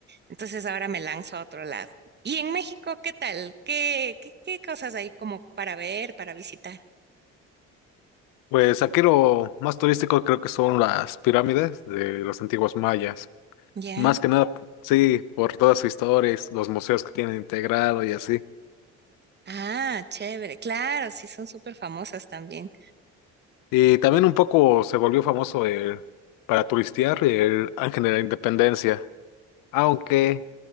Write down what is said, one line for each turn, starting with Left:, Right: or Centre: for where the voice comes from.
Right: entonces ahora me lanzo a otro lado. ¿Y en México qué tal? ¿Qué, qué, qué cosas hay como para ver, para visitar?
Left: Pues aquí lo más turístico creo que son las pirámides de los antiguos mayas.
Right: Ya.
Left: Más que nada, sí, por toda su historia, y los museos que tienen integrado y así.
Right: Ah, chévere. Claro, sí, son súper famosas también.
Left: Y también un poco se volvió famoso el, para turistear el Ángel de la Independencia, aunque